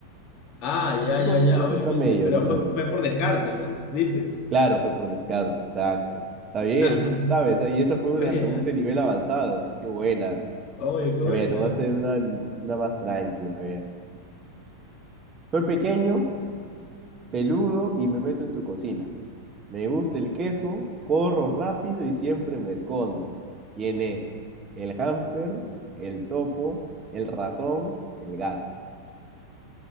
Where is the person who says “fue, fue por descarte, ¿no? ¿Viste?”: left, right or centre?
Left